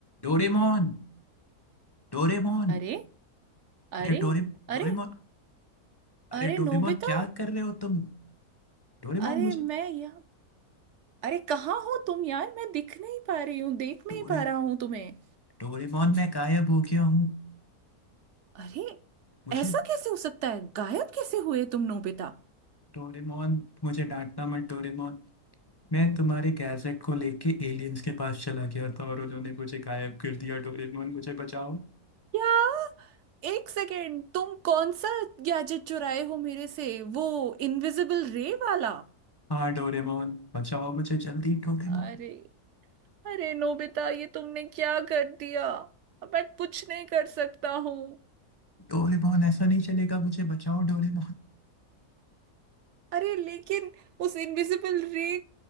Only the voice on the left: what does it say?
Doraemon Doraemon
अरे डोरे
Doraemon अरे
डोरेमोन
क्या कर रहे हो तुम डोरेमोन
मुझे
डोरे
डोरेमोन मैं गायब हो गया हूँ
मुझे
डोरेमोन मुझे डांटना मत डोरेमोन मैं तुम्हारे गैजेट को लेके एलियंस के पास चला गया था और उन्होंने मुझे गायब कर दिया डोरेमोन मुझे बचाओ
हाँ डोरेमोन बचाओ मुझे जल्दी डोरेमोन
डोरेमोन ऐसा नहीं चलेगा मुझे बचाओ डोरेमोन